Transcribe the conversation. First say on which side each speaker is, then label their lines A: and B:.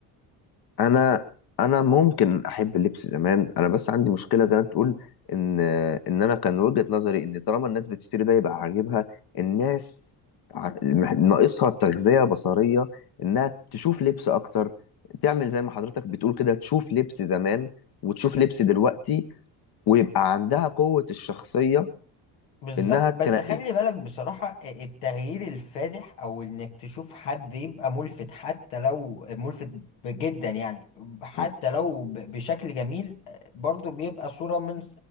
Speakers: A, on the left (about 55°); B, on the left (about 90°).
A: انا انا ممكن احب اللبس زمان انا بس عندي مشكله زي ما تقول ان ان انا كان وجهه نظري ان طالما الناس بتشتري ده يبقى عاجبها الناس ع- مح- ناقصها تغذيه بصريه انها تشوف لبس اكتر تعمل زي ما حضرتك بتقول كده تشوف لبس زمان وتشوف لبس دلوقتي ويبقى عندها قوه الشخصيه
B: بالظبط
A: انها تنقي
B: بس خلي بالك بصراحة التغيير الفادح او انك تشوف حد يبقى ملفت حتى لو ملفت جدا يعني حتى
A: م.
B: لو ب- بشكل جميل برضو بيبقى صورة من